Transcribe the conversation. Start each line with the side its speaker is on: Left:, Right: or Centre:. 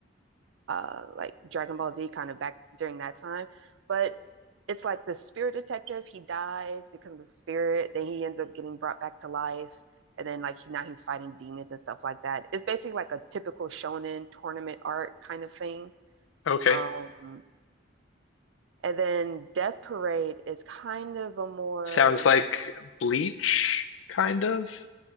Right: uh like Dragon Ball Z kind of back during that time. But it's like the spirit detective, he dies, becomes a spirit, then he ends up getting brought back to life. And then like he, now he's fighting demons and stuff like that. It's basically like a typical shonen tournament art kind of thing.
Left: Okay.
Right: Um, and then Death Parade is kind of a more
Left: sounds like Bleach, kind of,